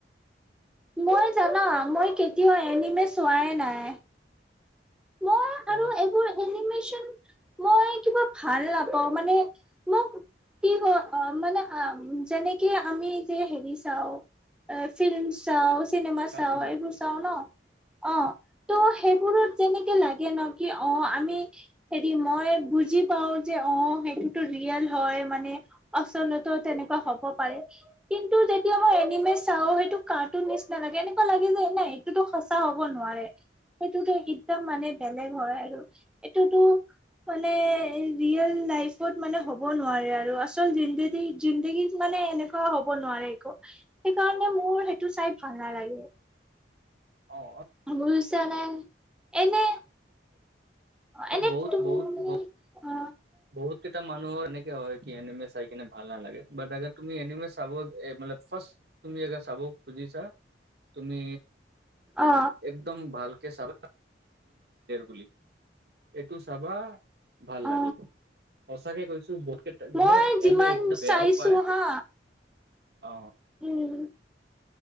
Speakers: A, in the centre; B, on the right (about 60°).
A: মই জানা মই কেতিয়াও এনিমে চোৱাই নাই। মই আৰু
B: অহ,
A: এইবোৰ এনিমেচন মই কিবা ভাল নাপাওঁ মানে মোক কি হয় মানে যেনেকে আমি যে হেৰি চাও অ', ফিল্ম ছাও। চিনেমা
B: কাৰ্টুন
A: চাওঁ এইবোৰ চাওঁ ন অ ত' সেইবোৰত তেনেকে লাগে ন কি অ, আমি হেৰি মই বুজি পাও যে অ, সেইটোতো ৰিয়েল হয় মানে আছলতে তেনেকুৱা হব পাৰে, কিন্তু এনিমে ছাও সেইটো কাৰটোন নিচানা লাগে এনেকুৱা লাগে যে নাই সেইটোতো সঁচা হ'ব নোৱাৰে সেইটোতো, একদম মানে বেলেগ হয় আৰু এইটোতো। মানে ৰিয়েল লাইফত মানে হ'ব নোৱাৰে আৰু আচল জিন্দেগী জিন্দেগী মান মানে এনেকুৱা হ'ব নোৱাৰে একো সেইকাৰণে মোৰ সেইটো চাই ভাল নালাগে।
B: অ। অ
A: বচ ন এনে <unintelligible> এনে
B: অ বহুত
A: তুমি
B: বহুত বহত
A: অ
B: বহুত কেইটা মানুহৰ এনেকে হয় কি এমে চাই কিনে ভাল নালাগে ব আ তুমি এনিমে চাব মানে ফাৰ্ষ্ট তুমি চাব খুজিছা তুমি
A: অ
B: একদম ভালকে চাবা বুলি এইটো চাবা ভাল
A: অ
B: লাগিব সঁচাকে কৈছোঁ।
A: মই
B: লে
A: যিমান
B: এম একদম বয়া
A: চাইছো
B: পায়
A: হা
B: অ।
A: উম।